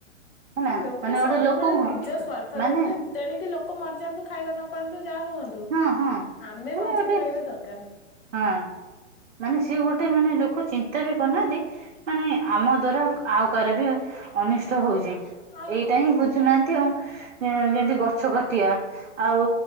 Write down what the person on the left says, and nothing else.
ଲୋକ
ସବୁବେଳେ
ନିଜ ସ୍ଵାର୍ଥ
ଦେଖିଲେ ତେଣିକି ଲୋକ ମରିଯାଆନ୍ତୁ। ଖାଇବା ନପାଆନ୍ତୁ ଯାହା ହୁଅନ୍ତୁ
ଆମେ
ବଞ୍ଚିକି
ରହିବା ଦରକାର।
ଆଉ
କଣ।